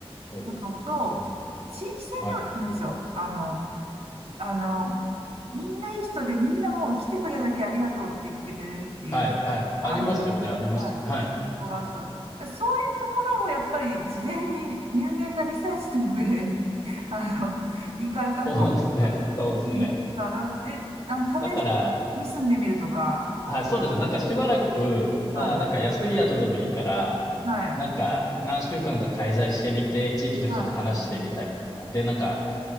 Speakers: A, on the left; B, on the right.
A: そ
B: なのと、
A: う。うん。
B: 地域性ではあるんですよ。
A: はい。
B: あの、あの、みんないい人でみんなもう来てくれだけありがとうって言ってくれるっていう、
A: はい。はい。
B: もうあるんです。
A: ありますよね。ありますよね。
B: はい。
A: はい。
B: 信仰がある人。そういうところをやっぱり事前に入念なリサーチともで、<laughs> あの、行かれた方がいいかな。
A: そうですね。そうですね。
B: で、あの、試しに住んでみるとか、
A: だからはい、そうですよ。なんかしばらく、まあ、
B: はい。
A: なんか安い宿でもいいから、
B: はい。
A: なんか何週間か滞在してみて、地域の人と話してみたりとか、
B: は
A: で、なんか